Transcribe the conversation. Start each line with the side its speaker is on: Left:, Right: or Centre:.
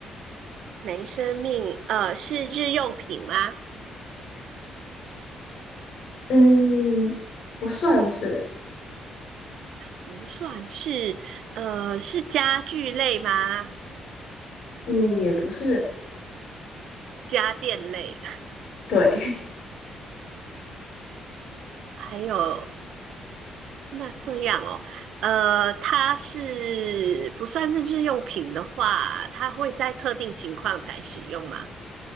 Right: 没生命。呃，是日用品吗？
Left: 嗯，不算是，
Right: 不算是。呃，是家具类吗？
Left: 嗯，也不是，
Right: 家电类。
Left: 对。<laughs>
Right: 还有那这样哦，呃，它是不算是日用品的话，它会在特定情况才使用吗？